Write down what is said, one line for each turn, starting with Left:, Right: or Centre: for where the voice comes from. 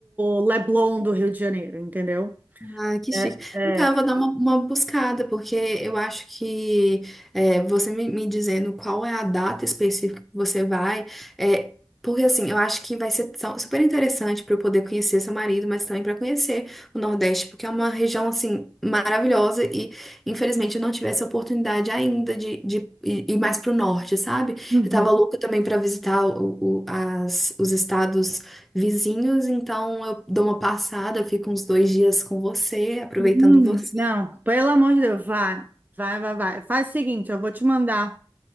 Right: o Leblon do Rio de Janeiro, entendeu?
Centre: Ah, que
Right: É,
Centre: chique. Então,
Right: é.
Centre: eu vou dar uma, uma buscada, porque eu acho que é, você me, me dizendo qual é a data específica que você vai, é, porque assim, eu acho que vai ser tão- super interessante para eu poder conhecer seu marido, mas também para conhecer o Nordeste, porque é uma região assim maravilhosa e infelizmente eu não tive essa oportunidade ainda de, de ir ir mais para o norte, sabe?
Right: Uhum.
Centre: Eu tava louca também para visitar o- o- as- os estados vizinhos, então eu dou uma passada, eu fico uns dois dias com você, aproveitando
Right: Hum,
Centre: você.
Right: não, pelo amor de Deus, vai, vai, vai, vai. Faz o seguinte, eu vou te mandar.